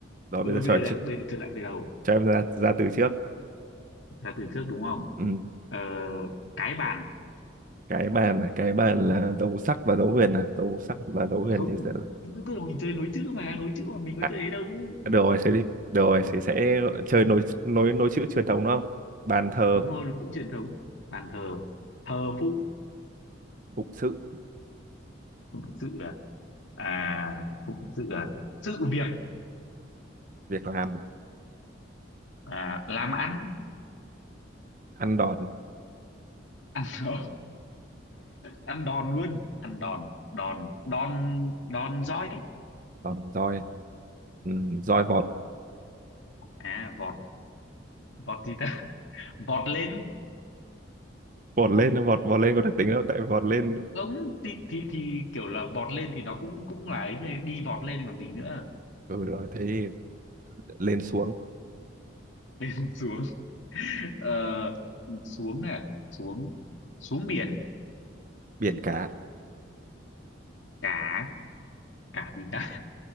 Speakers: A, on the right; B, on the left.
A: rồi
B: Ừ
A: bây giờ cho
B: bây
A: cho,
B: giờ bây giờ trở lại từ đầu,
A: cho em ra ra từ trước
B: là từ trước đúng không?
A: ừ.
B: Ờ, cái bàn
A: cái bàn này cái bàn là dấu sắc và dấu huyền à dấu sắc và dấu huyền
B: không
A: thì sẽ
B: tức tức là mình chơi nối chữ mà nối chữ mà mình có
A: à,
B: chơi ấy đâu
A: được rồi thế đi được rồi thì sẽ chơi nối nối nối chữ truyền thống đúng không bàn thờ
B: đúng rồi nó cũng truyền thống bàn thờ thờ phụng
A: phụng sự
B: phụng sự à à phụng sự à sự việc
A: việc làm
B: à làm ăn
A: ăn đòn
B: <laughs> Rồi, ăn đòn luôn ăn đòn đòn đòn đòn roi
A: đòn roi ừ, roi vọt
B: à vọt vọt gì ta <laughs> vọt lên
A: vọt lên vọt vọt lên có được tính đâu tại vọt lên
B: không thì, thì thì kiểu là vọt lên thì nó cũng cũng là ấy thế, đi vọt lên còn gì nữa
A: ừ rồi thế thì lên xuống
B: <laughs> xuống ờ, xuống à xuống xuống biển
A: biển cả
B: cả cả gì ta